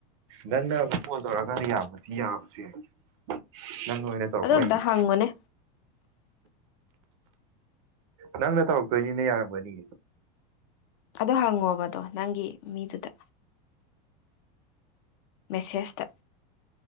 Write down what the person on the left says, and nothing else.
ꯑꯗꯨ ꯑꯝꯇ ꯍꯪꯉꫭꯅꯦ꯫
ꯑꯗꯨꯣ ꯍꯪꯉꯣꯕꯗꯣ ꯅꯪꯒꯤ ꯃꯤꯗꯨꯗ꯫ ꯃꯦꯁꯦꯖꯇ꯫